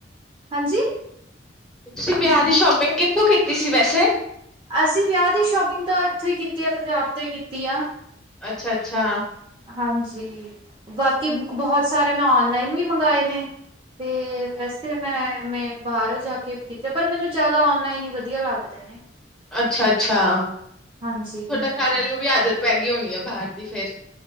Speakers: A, on the right; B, in the centre.
A: ਹਾਂਜੀ
B: ਤੁਸੀਂ ਵਿਆਹ ਦੀ ਸ਼ੋਪਿੰਗ ਕਿੱਥੋਂ ਕੀਤੀ ਸੀ ਵੈਸੇ
A: ਅਸੀਂ ਵਿਆਹ ਦੀ ਸ਼ੋਪਿੰਗ ਤਾਂ ਉੱਥੋਂ ਹੀ ਕੀਤੀ ਆ ਪੰਜਾਬ ਤੋਂ ਹੀ ਕੀਤੀ ਆ
B: ਅੱਛਾ-ਅੱਛਾ
A: ਹਾਂਜੀ ਬਾਕੀ ਬੁ ਬਹੁਤ ਸਾਰੇ ਮੈਂ ਔਨਲਾਈਨ ਵੀ ਮੰਗਵਾਏ ਨੇ ਤੇ ਵੈਸੇ ਮੈਂ ਵੇ ਬਾਹਰ ਜਾ ਕੇ ਵੀਤੇ ਪਰ ਮੈਨੂੰ ਜ਼ਿਆਦਾ ਔਨਲਾਈਨ ਹੀ ਵਧੀਆ ਲੱਗਦੇ ਨੇ
B: ਅੱਛਾ-ਅੱਛਾ ਤੁਹਾਡਾ
A: ਹਾਂਜੀ
B: ਘਰ ਆਲੇ ਨੂੰ ਵੀ ਆਦਤ ਪੈ ਗਈ ਹੋਣੀ ਹੈ ਬਾਹਰ ਦੀ ਫੇਰ